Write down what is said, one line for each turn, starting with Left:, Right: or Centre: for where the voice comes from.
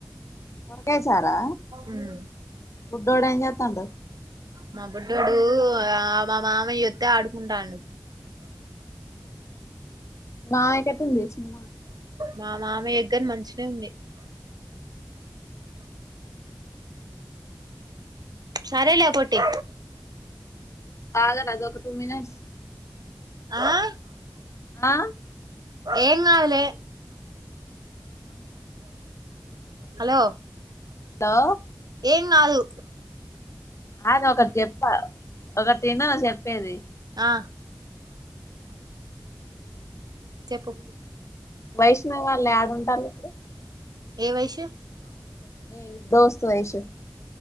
Left: సోరకాయ చారా
Right: ఉమ్
Left: బుడ్డోడు ఏం చేతండు
Right: మా బుడ్డోడు ఆ మా మామయ్య వొత్తే ఆడుకుంటాండు
Left: మీ మామయ్యకెట్ట ఉంది చేన్
Right: మా మామయ్య కు గాని మంచినే ఉంది సరే లే పొట్టి
Left: ఆగరాదు ఒక టూ మినిట్స్
Right: ఆ
Left: ఆ
Right: ఏం గాదు లే
Left: బ్లాంక్
Right: హలో
Left: లో
Right: ఏం గాదు
Left: అగు ఒకటి జెప్తా ఒకటిను చెప్పేది
Right: ఆ చెప్పు
Left: వైష్ణవి వాళ్ళు యాడుంటాళ్ళు ఇప్పుడు
Right: ఏ వైషు
Left: నీ దోస్తూ వైషు